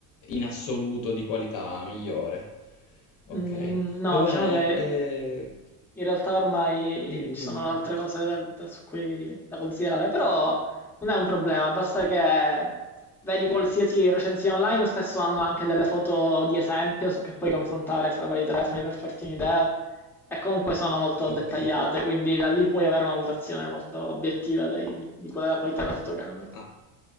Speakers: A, on the left; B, in the centre.
A: in assoluto di qualità migliore. Ok,
B: Mm, No,
A: va bene,
B: diciamo che
A: eh,
B: In realtà ormai
A: dimmi,
B: ci
A: dimmi.
B: sono altre cose da, da- su cui, da considerare, però non è un problema, basta che vedi qualsiasi recensione online, spesso hanno anche delle foto di esempio su- che puoi confrontare fra vari telefoni per farti un'idea e comunque sono molto
A: Ok,
B: dettagliate, quindi da lì puoi avere una valutazione molto obiettiva dei- di qual è la qualità della fotocamera.
A: Ah,